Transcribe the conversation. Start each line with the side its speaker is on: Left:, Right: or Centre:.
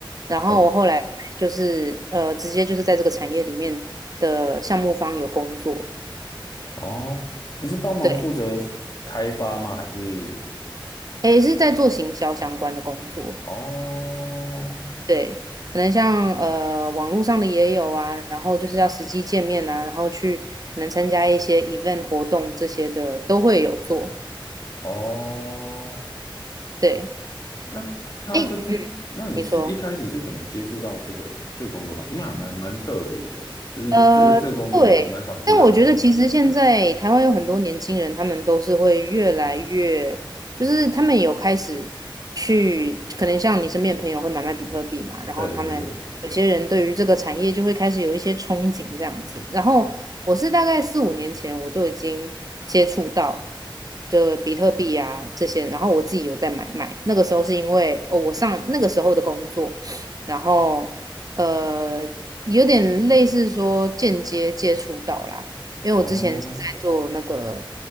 Right: 然后我后来就是呃直接就是在这个产业里面的项目方有工作，
Left: 哦哦，你是帮忙负责开发吗？
Right: 对，
Left: 还是？
Right: 诶，是在做行销相关的工作。
Left: 哦
Right: 对，可能像呃网络上的也有啊，然后就是要实际见面啊，然后去可能参加一些 event 活动这些的都会有做。
Left: 哦，
Right: 对，
Left: 那他这，
Right: 哎，嗯，
Left: 那你是一开始是怎么接触到这个这个工作啊？
Right: 你说。
Left: 因为还蛮蛮特别的，就是这个这个工作蛮蛮少听到有人的
Right: 呃，对，但我觉得其实现在台湾有很多年轻人，他们都是会越来越，就是他们有开始去，可能像你身边的朋友会买卖比特币嘛，然后他们有些人对于这个产业就会开始有一些憧憬这样子。
Left: 对对对，
Right: 然后我是大概四五年前我就已经接触到就比特币啊这些，然后我自己有在买卖。那个时候是因为哦，我上那个时候的工作，然后。呃，有点类似说间接接触到啦，因为我之前是在做那个
Left: 哦